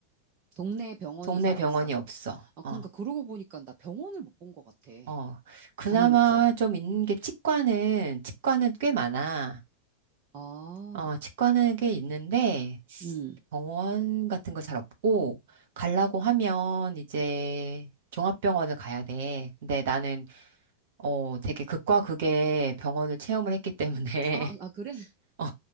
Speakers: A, on the right; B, on the right.
A: 동네 병원이
B: 동네
A: 잘
B: 병원이
A: 없어.
B: 없어.
A: 아, 그러니까
B: 어,
A: 그러고 보니까 나 병원을 못 본 것 같아.
B: 어. 그나마
A: 다니면서.
B: 좀 있는 게 치과는, 치과는 꽤 많아.
A: 아,
B: 어, 치과는 꽤 있는데,
A: 음.
B: 병원 같은 거 잘 없고, 가려고 하면 이제 종합병원을 가야 돼. 근데 나는, 어, 되게 극과 극의 병원을 체험을 했기 때문에,
A: 아, 아, 아, 그래?
B: <laughs> 어,